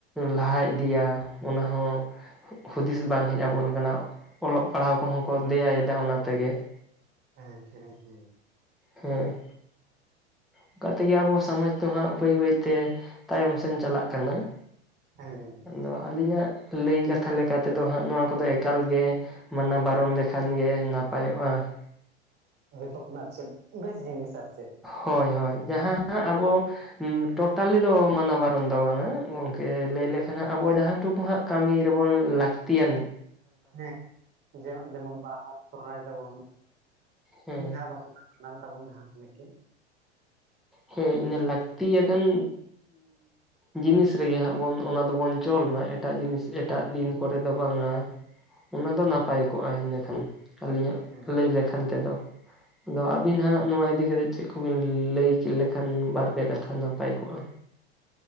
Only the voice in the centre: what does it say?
ᱞᱟᱦᱟ ᱤᱫᱤᱭᱟ ᱚᱱᱟ ᱦᱚᱸ ᱦᱩᱫᱤᱥ ᱵᱟᱝ ᱦᱮᱡ ᱟᱵᱚᱱ ᱠᱟᱱᱟ, ᱚᱞᱚᱜ ᱯᱟᱲᱦᱟᱣ ᱠᱚᱦᱚᱸ ᱠᱚ ᱫᱮᱭᱟᱭᱮᱫᱟ ᱚᱱᱟ ᱛᱮᱜᱮ ᱾
ᱦᱮᱸ ᱾ ᱚᱱᱠᱟ ᱛᱮᱜᱮ ᱟᱵᱚ ᱥᱚᱢᱟᱡᱽ ᱫᱚ ᱦᱟᱸᱜ ᱵᱟᱹᱭ ᱵᱟᱹᱭᱛᱮ ᱛᱟᱭᱚᱢ ᱥᱮᱱ ᱪᱟᱞᱟᱜ ᱠᱟᱱᱟ ᱾
ᱟᱫᱚ ᱟᱹᱞᱤᱧᱟᱜ ᱞᱟᱹᱭ ᱠᱟᱛᱷᱟ ᱞᱮᱠᱟ ᱛᱮᱫᱚ ᱦᱟᱸᱜ ᱱᱚᱣᱟ ᱠᱚᱫᱚ ᱮᱠᱟᱞᱜᱮ ᱢᱟᱱᱟ ᱵᱟᱨᱚᱱ ᱞᱮᱠᱷᱟᱱ ᱜᱮ ᱱᱟᱯᱟᱭᱚᱜᱼᱟ ᱾
ᱦᱳᱭ, ᱦᱳᱭ ᱡᱟᱦᱟ ᱟᱵᱚ ᱴᱳᱴᱟᱞᱤ ᱫᱚ ᱢᱟᱱᱟ ᱵᱟᱨᱚᱱ ᱫᱚ ᱵᱟᱝ-ᱟ ᱜᱚᱢᱠᱮ ᱞᱟᱹᱭ ᱞᱮᱠᱷᱟᱱ ᱦᱟᱸᱜ ᱟᱵᱚ ᱡᱟᱦᱟ ᱴᱩᱠᱩ ᱦᱟᱸᱜ ᱠᱟᱹᱢᱤ ᱨᱮᱵᱚᱱ ᱞᱟᱹᱠᱛᱤ ᱟᱱᱤᱡ᱾
ᱦᱮᱸ
ᱦᱮᱸ ᱤᱱᱟᱹ ᱞᱟᱹᱠᱛᱤ ᱟᱠᱟᱱ ᱡᱤᱱᱤᱥ ᱨᱮᱜᱮ ᱦᱟᱸᱜ ᱵᱚᱱ ᱚᱱᱟ ᱫᱚ ᱵᱚᱱ ᱪᱚᱞ ᱢᱟ ᱮᱴᱟᱜ ᱡᱤᱱᱤᱥ ᱮᱴᱟᱜ
ᱫᱤᱱ ᱠᱚᱨᱮ ᱫᱚ ᱵᱟᱝ-ᱟ᱾ ᱚᱱᱟ ᱫᱚ
ᱱᱟᱯᱟᱭ ᱠᱚᱜ-ᱟ ᱤᱱᱟᱹᱠᱷᱟᱱ ᱟᱹᱞᱤᱧᱟᱜ
ᱞᱟᱹᱭ ᱞᱮᱠᱷᱟᱱ ᱛᱮᱫᱚ᱾ ᱟᱫᱚ ᱟᱹᱵᱤᱱ ᱦᱟᱸᱜ ᱱᱚᱣᱟ ᱤᱫᱤᱠᱟ ᱠᱟᱛᱮᱜ ᱪᱮᱫ ᱠᱚ ᱵᱤᱱ ᱞᱟᱹᱭ᱾ ᱞᱮᱠᱷᱟᱱ ᱵᱟᱨᱯᱮ ᱠᱟᱛᱷᱟ ᱱᱟᱯᱟᱭ ᱠᱚᱜ-ᱟ᱾